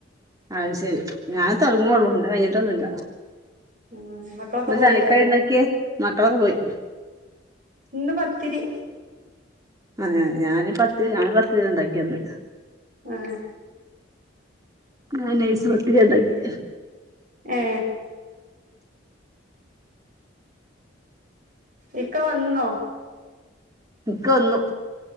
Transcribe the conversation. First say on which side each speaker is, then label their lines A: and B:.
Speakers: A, on the right; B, on the right.
A: അത് ശരി ഞാൻ തൊടങ്ങുള്ളു കഴഞ്ഞിട്ടൊന്നുമില്ല
B: ഉം മക്കളൊക്കെ
A: എന്താ
B: പോയില്ലേ
A: ചായക്കടിക്ക്ണ്ടാക്കിയെ മക്കളൊക്കെ പോയി
B: ഇന്ന് പത്തിരി
A: ആ ഞാന് പത്ത് ഞാന് പത്തിരി ഉണ്ടാക്കിയന്ന്
B: ആ
A: ഞാൻ നൈസ് പത്തി ഉണ്ടാക്കി
B: ഏ ഇക്ക വന്നോ
A: ഇക്ക് വന്നു